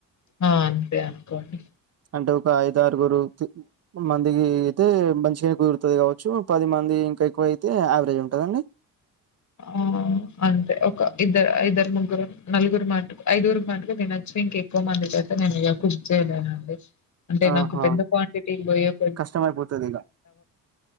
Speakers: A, on the left; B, on the right.
A: ఆ అంతే అనుకోండి.
B: అంటే ఒక ఐదు ఆరుగురు మందికి అయితే మంచిగనే కుదురుతది కావచ్చు, పది మంది ఇంకా ఎక్కువ అయితే యావరేజ్ ఉంటదా అండి?
A: ఆ అంటే ఒక ఇద్ద ఇద్దరు, ముగ్గురు, నలుగురు మటు ఐదుగురు మట్టుకు తినొచ్చు. ఇంక ఎక్కువ మందికి అయితే నేను ఇగ కుక్ చేయలేనండి. అంటే
B: ఆహా
A: నాకు పెద్ద క్వాంటిటీ భయం.
B: కష్టమైపోతది ఇగ,